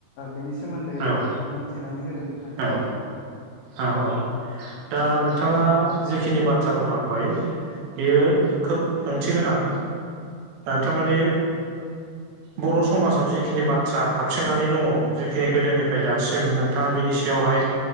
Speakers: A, on the left; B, on the right.
A: बेनि सोमोन्दै
B: औ
A: बुंथिनानै होदो नोंथां
B: औ औ औ दा नोंथाङा जिखिनि बाथ्रा बुंलांबाय बेयो
A: औ
B: खोब
A: नोंथां
B: ओंथि गोनां थारमाने बर' समाजाव
A: औ नोंथां
B: जिखिनि बाथ्रा हाबसोनानै दङ जिखिनि गोदोनिफ्राय
A: नंगौ
B: दासिम सिम नोंथाङा बेनि सायावहाय